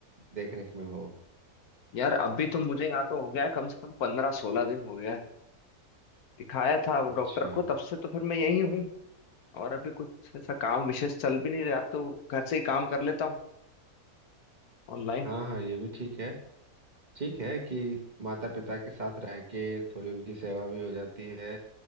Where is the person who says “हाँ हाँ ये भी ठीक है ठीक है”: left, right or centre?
Right